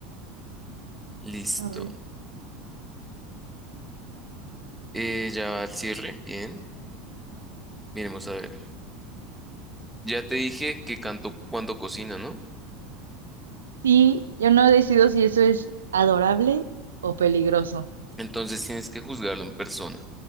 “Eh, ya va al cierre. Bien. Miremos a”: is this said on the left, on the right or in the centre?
Centre